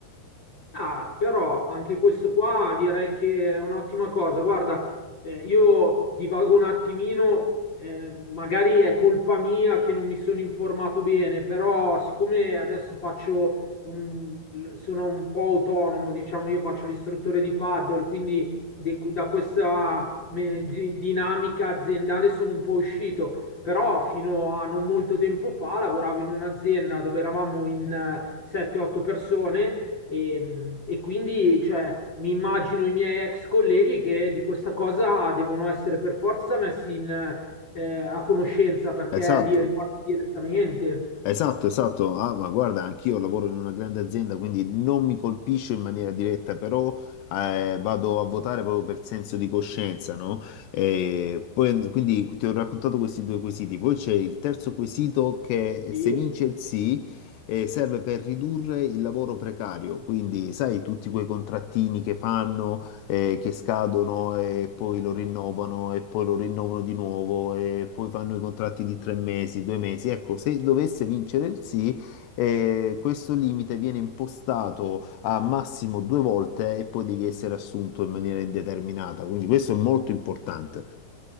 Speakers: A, on the left (about 30°); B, on the left (about 75°).
A: Ah, però anche questo qua direi che è un'ottima cosa. Guarda, eh, io divago un attimino, eh, magari è colpa mia che non mi sono informato bene, però siccome adesso faccio un- sono un po' autonomo, diciamo, io faccio l'istruttore di paddle, quindi di- da questa me- di- dinamica aziendale sono un po' uscito. Però fino a non molto tempo fa lavoravo in un'azienda dove eravamo in eh, 7-8 persone e, e quindi, cioè, mi immagino i miei ex colleghi che di questa cosa devono essere per forza messi in, eh, a conoscenza perché
B: Esatto.
A: li riguarda direttamente.
B: Esatto, esatto. Ah, ma guarda, anch'io lavoro in una grande azienda, quindi non mi colpisce in maniera diretta, però eh, vado a votare proprio per senso di coscienza, no? E poi, quindi ti ho raccontato questi due quesiti. Poi c'è il terzo quesito che
A: Sì.
B: se vince il sì, eh, serve per ridurre il lavoro precario. Quindi, sai, tutti quei contrattini che fanno, eh, che scadono e poi lo rinnovano e poi lo rinnovano di nuovo e poi fanno i contratti di tre mesi, due mesi. Ecco, se dovesse vincere il sì, eh, questo limite viene impostato a massimo due volte e poi devi essere assunto in maniera indeterminata. Quindi questo è molto importante.